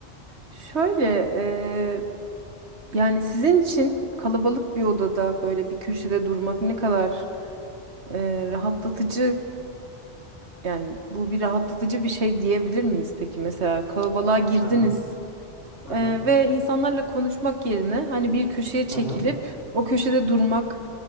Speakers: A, on the right; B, on the left.
A: Şöyle e, yani sizin için kalabalık bir odada böyle bir köşede durmak ne kadar e, rahatlatıcı yani bu bir rahatlatıcı bir şey diyebilir miyiz peki? Mesela kalabalığa girdiniz.
B: Hı hı hı
A: Ee,
B: hı.
A: ve insanlarla konuşmak yerine hani bir köşeye çekilip
B: hı hı.
A: o köşede durmak